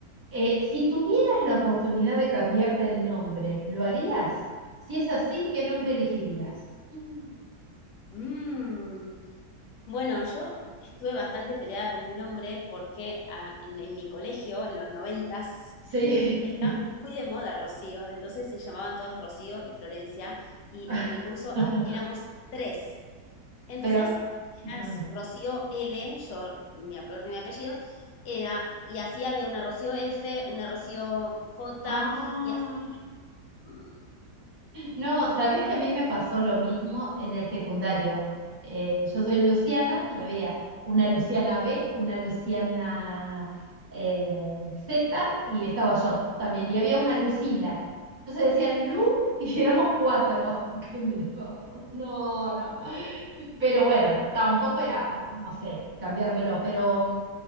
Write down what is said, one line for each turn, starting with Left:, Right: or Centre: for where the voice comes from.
Right: Eh, si tuvieras la oportunidad de cambiarte el nombre, ¿lo harías? Si es así, ¿qué nombre elegirías? Mm.
Left: Mmm. Bueno, yo estuve bastante peleada con mi nombre porque ah, en, en mi colegio, en los noventas,
Right: Sí.
Left: estaba muy de moda Rocío, entonces se llamaban todas Rocío y Florencia, y
Right: <laughs>
Left: en mi curso ah, éramos tres. Entonces,
Right: Pero, no,
Left: eras
Right: no.
Left: Rocío L, yo, mi, ape- mi apellido, era, y así había una Rocío F, una Rocío J,
Right: Ah.
Left: y así, mm,
Right: No, sabés que a mí me pasó lo mismo en el secundario. Eh, yo soy Luciana y había una Luciana B, una Luciana eh, Z y estaba yo también. Y había una Lucila. Entonces decían Lu y éramos cuatro. <laughs> Que mirábamos. No, no. Pero bueno, tampoco era, no sé, cambiármelo. Pero mm,